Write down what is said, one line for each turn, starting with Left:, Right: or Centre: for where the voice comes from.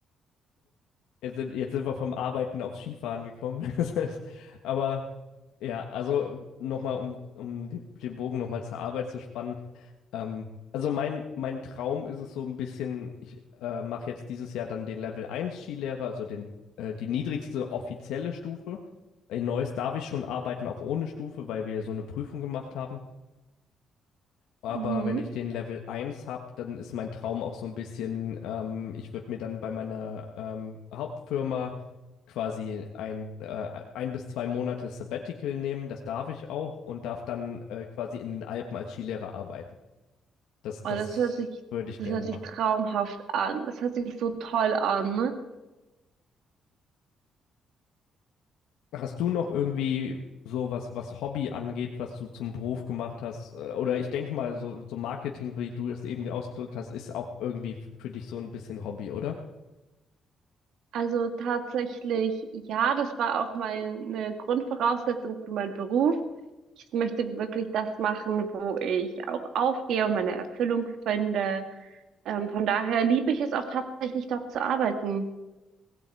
Left: Jetzt sind, jetzt sind wir vom Arbeiten aufs Skifahren gekommen. <laughs> Das ist- Aber ja, also nochmal, um, um den, den Bogen nochmal zur Arbeit zu spannen. Ähm, also mein, mein Traum ist es so ein bisschen, ich äh, mache jetzt dieses Jahr dann den Level eins Skilehrer, also den, äh, die niedrigste offizielle Stufe. In Neuss darf ich schon arbeiten, auch ohne Stufe, weil wir so eine Prüfung gemacht haben. Aber
Right: Mhm.
Left: wenn ich den Level eins habe, dann ist mein Traum auch so ein bisschen, ähm, ich würde mir dann bei meiner ähm, Hauptfirma quasi ein, äh, ein bis zwei Monate Sabbatical nehmen, das darf ich auch und darf dann äh, quasi in den Alpen als Skilehrer arbeiten. Das,
Right: Oh,
Left: das
Right: das hört sich,
Left: würde ich
Right: das
Left: gerne
Right: hört sich
Left: machen.
Right: traumhaft an. Das hört sich so toll an. Ne?
Left: Hast du noch irgendwie so was, was Hobby angeht, was du zum Beruf gemacht hast? Äh, Oder ich denke mal, so, so Marketing, wie du es eben ausgedrückt hast, ist auch irgendwie f- für dich so ein bisschen Hobby, oder?
Right: Also tatsächlich, ja, das war auch meine Grundvoraussetzung für meinen Beruf. Ich möchte wirklich das machen, wo ich auch aufgehe und meine Erfüllung finde. Ähm, von daher liebe ich es auch tatsächlich, dort zu arbeiten.